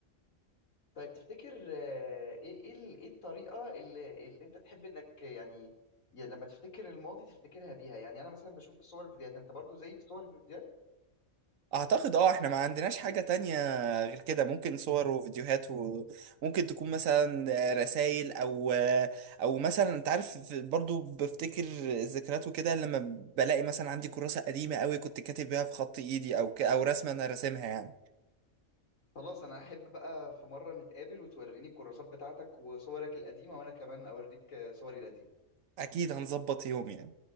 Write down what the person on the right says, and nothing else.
أعتقد أه إحنا ما عندناش حاجة تانية غير كده ممكن صور وفيديوهات وممكن تكون مثلا رسائل أو أو مثلا أنت عارف في- برضو بفتكر الذكريات وكده لما بلاقي مثلا عندي كراسة قديمة قوي كنت كاتب بيها في خط إيدي أو ك- أو رسمة أنا راسمها يعني
اكيد هنظبط يوم يعني